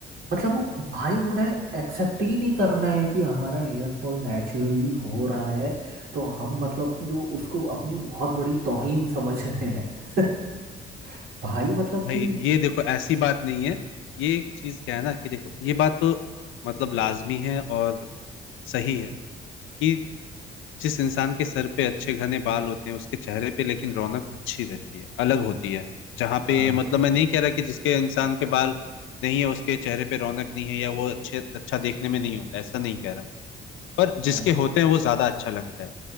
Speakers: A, on the right; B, on the left.
A: मतलब वो भाई उन्हें एक्सेप्ट ही नहीं करना है कि हमारा हेयर फॉल नेचुरली हो रहा है तो हम मतलब कि वो उसको अपनी बहुत बड़ी तौहीन समझ रहे हैं <laughs> भाई मतलब
B: भाई
A: कि
B: ये देखो ऐसी बात नहीं है ये एक चीज क्या है ना कि देखो ये बात तो मतलब लाजमी है और सही है कि जिस इंसान के सर पे अच्छे घने बाल होते हैं उसके चेहरे पे लेकिन रौनक अच्छी रहती है अलग होती है जहाँ पे
A: हाँ
B: मतलब मैं नहीं कह रहा कि जिसके इंसान के बाल नहीं है उसके चेहरे पे रौनक नहीं है या वो अच्छे अच्छा देखने में नहीं होता ऐसा नहीं कह रहा पर जिसके
A: हाँ
B: होते हैं वो ज्यादा अच्छा लगता है